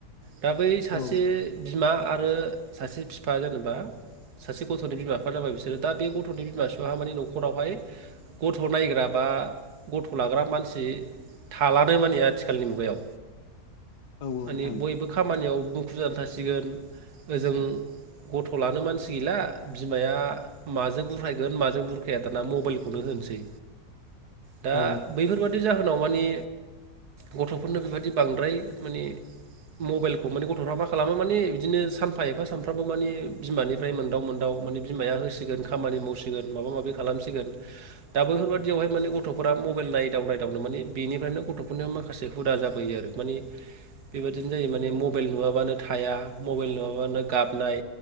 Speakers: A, on the right; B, on the left.
A: दा बै सासे
B: औ
A: बिमा आरो सासे बिफा जेनेबा सासे गथ'नि बिमा बिफानो जाबाय बिसोरो दा बे गथ'नि बिमा बिफ मानिे न'खरावहाय गथ' नायग्रा बा गथ' लाग्रा मानसि थालानो माने आथिखाल आथिखालनि मुगायाव
B: औ नोंथां
A: माने बयबो खामानियाव मुखुब जाना मानसिगोन ओजों गथ' लानो मानसि गैला बिमाया माजों बुरखायगोन माजों बुरखाया दाना मबाइलखौनो होनोसै। दा
B: औ
A: बैफोरबादि जाहो उनाव माने गथ'फोरनो बेबाददि बांद्राय माने मबाइलखौ माने गथ'फ्रा मा खालामो माने बिदिनो सानफा एफा सानफ्रामबो माने बिमानिफ्राय मोनदाव मोनदाव माने बिमाया होसिगोन खामानि मावसिगोन माबा माबि खालामसिगोन दा बैफोरबाय दियावहाय माने गथ'फोरा मबाइल नायदाव नायदावनो माने बेनिफ्रायनो गथ' बेफोरनो माखासे हुदा जाबोयो आरो मानिे बेबादिनो जायो माने मबाइल नुवाबानो थाया मबाइल नुवाबानो गाबनाय।